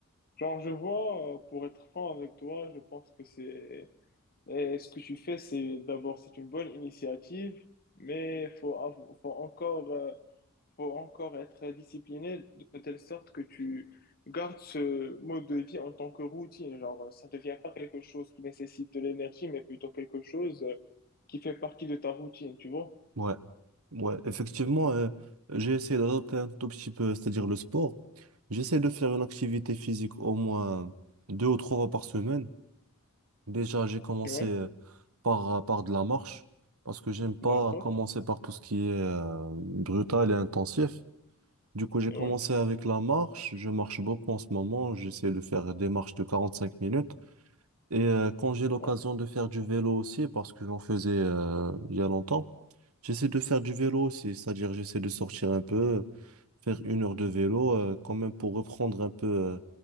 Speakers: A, on the left (about 45°); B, on the right (about 80°).
A: Genre, je vois, euh, pour être franc avec toi, je pense que c'est, et ce que tu fais, c'est d'abord, c'est une bonne initiative, mais faut, av- faut encore euh, faut encore être discipliné de telle sorte que tu gardes ce mode de vie en tant que routine. Genre, ça devient pas quelque chose qui nécessite de l'énergie, mais plutôt quelque chose euh, qui fait partie de ta routine, tu vois?
B: Ouais, ouais, effectivement, euh, j'ai essayé d'adopter un tout petit peu, c'est-à-dire le sport. J'essaie de faire une activité physique au moins deux ou trois fois par semaine. Déjà, j'ai commencé
A: Ouais,
B: euh, par, euh, par de la marche parce que j'aime pas
A: d'accord.
B: commencer par tout ce qui est euh, brutal et intensif. Du coup, j'ai
A: Ouais,
B: commencé avec la marche. Je marche beaucoup en ce moment. J'essaie de faire des marches de quarante cinq minutes. Et euh, quand j'ai l'occasion
A: ouais,
B: de faire du vélo aussi, parce que j'en faisais euh, il y a longtemps, j'essaie de faire du vélo aussi, c'est-à-dire j'essaie de sortir un peu, faire une heure de vélo, euh, quand même pour reprendre un peu euh,